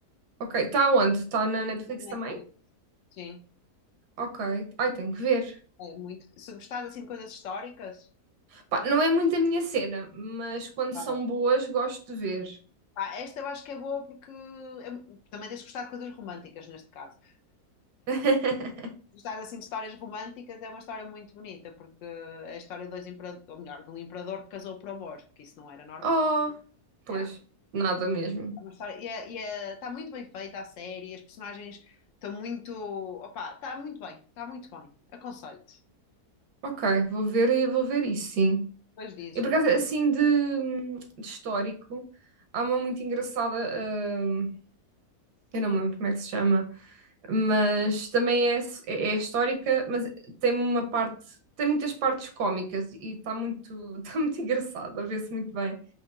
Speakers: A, on the right (about 80°); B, on the left (about 65°).
A: Ok, está onde? Está na Netflix
B: Netflix.
A: também?
B: Sim,
A: Ok. Ai, tenho que ver.
B: é muito. Se gostares assim de coisas históricas,
A: Pá, não é muito a minha cena, mas quando
B: vai.
A: são boas gosto de ver.
B: Pá, esta eu acho que é boa porque é- também tens de gostar de coisas românticas neste caso.
A: <laughs>
B: Se gostares assim de histórias românticas, é uma história muito bonita, porque é a história de dois imperadores, ou melhor, de um imperador que casou por amor, que isso não era normal.
A: Oh, pois,
B: Yeah.
A: nada mesmo.
B: É uma história- E, é- e é- está muito bem feita a série, as personagens estão muito. Opa, está muito bem, está muito bem. Aconselho-te.
A: Ok, vou ver e vou ver isso, sim.
B: Depois dizes-me
A: E por acaso,
B: que
A: assim de, de histórico, há uma muito engraçada, hum, eu não me lembro como é que se chama, mas também é, é, é histórica, mas tem uma parte, tem muitas partes cómicas e está muito, <laughs> está muito engraçado, a ver-se muito bem.